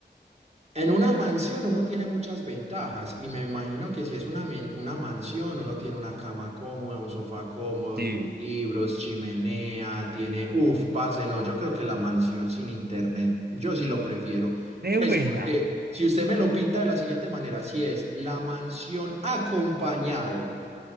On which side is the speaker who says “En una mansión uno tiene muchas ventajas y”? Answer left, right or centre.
Right